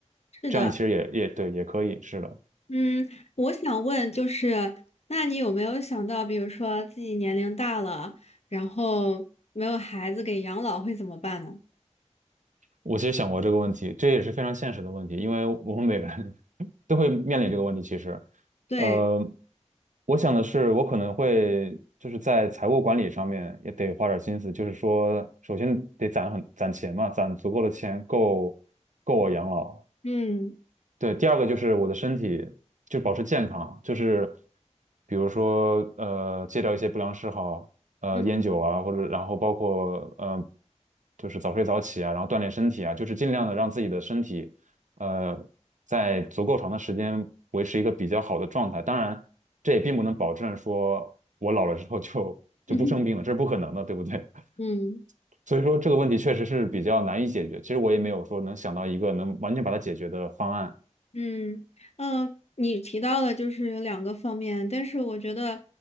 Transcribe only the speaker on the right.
这样其实也也对，也可以，是的。
我其实想过这个问题，这也是非常现实的问题，因为我们每个人 <laughs> 都会面临这个问题。其实，
呃，我想的是，我可能会就是在财务管理上面也得花点心思，就是说，首先得攒很攒钱嘛，攒足够的钱够够我养老，
对，第二个就是我的身体就保持健康，就是比如说呃戒掉一些不良嗜好，呃烟酒啊，
或者然后包括呃就是早睡早起啊，然后锻炼身体啊，就是尽量的让自己的身体呃在足够长的时间维持一个比较好的状态。当然，这也并不能保证说我老了之后就就不生病了，
这是不可能的，对不对？<laughs>
所以说这个问题确实是比较难以解决。其实我也没有说能想到一个能完全把它解决的方案。